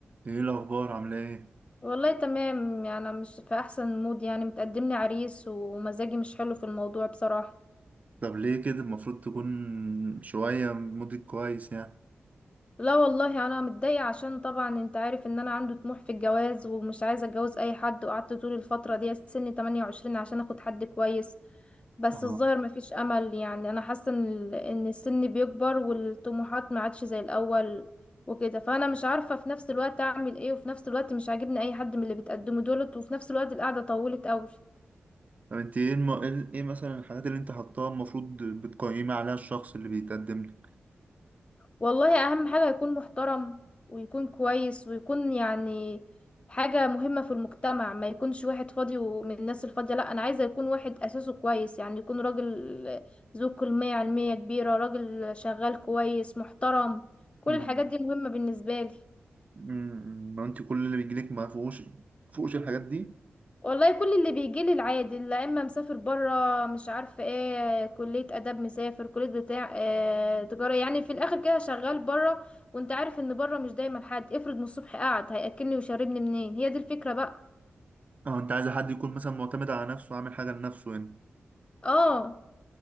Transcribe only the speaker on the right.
ايه الاخبار عامله ايه
طب ليه كده المفروض تكون شويه مودك كويس يعني
اه
طب انت ايه الم... ايه إيه مثلا الحاجات اللي انت حطاها المفروض بتقيمي عليها الشخص اللي بيتقدم لك
امم
أمم، ما انت كل اللي بيجيلك ما فيهوش فوقش الحاجات دي
اه انت عايزه حد يكون مثلا معتمد على نفسه عامل حاجه لنفسه هنا